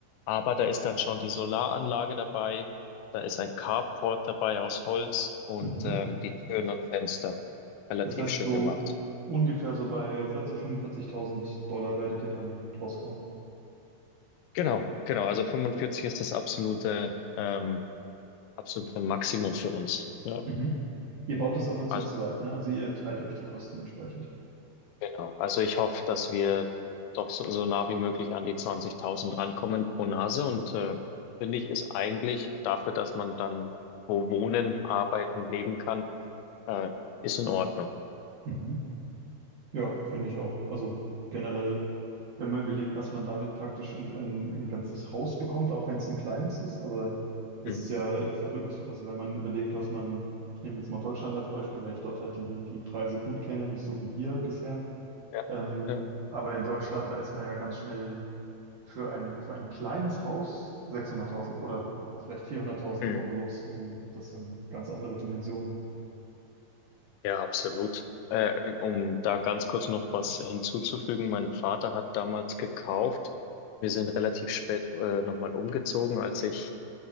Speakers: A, on the left; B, on the right.
A: Aber da ist dann schon die Solaranlage dabei, da ist ein Carport dabei aus Holz und
B: Mhm.
A: ähm, die Türen und Fenster relativ
B: Das heißt,
A: schön
B: so
A: gemacht.
B: ungefähr so bei 40.000, 45.000 Dollar werdet ihr dann draus kommen.
A: Genau, genau. Also 45 ist das absolute, ähm, absolute Maximum für uns. Ja.
B: Mhm. Ihr baut das aber zu
A: Also
B: zweit, ne? Also ihr teilt euch die Kosten entsprechend.
A: Genau. Also ich hoffe, dass wir doch so, so nah wie möglich an die 20.000 rankommen pro Nase. Und äh, finde ich, ist eigentlich dafür, dass man dann wo wohnen, arbeiten, leben kann, äh, ist in Ordnung.
B: Mhm. Ja, finde ich auch. Also generell, wenn man überlegt, dass man damit praktisch ein, ein, ein ganzes Haus bekommt, auch wenn es ein kleines ist, aber das
A: Mhm.
B: ist ja äh, verrückt. Also wenn man überlegt, was man, ich nehme jetzt mal Deutschland als Beispiel, weil ich dort halt die, die Preise gut kenne, nicht so wie hier bisher.
A: Ja,
B: Ähm,
A: ja,
B: aber in Deutschland, da ist man ja ganz schnell für ein, für ein kleines Haus 600.000 oder ja, vielleicht 400.000
A: Mhm.
B: Euro los. Und das sind ganz andere Dimensionen.
A: ja, absolut. Äh, um da ganz kurz noch was hinzuzufügen, mein Vater hat damals gekauft. Wir sind relativ spät äh, nochmal umgezogen, als ich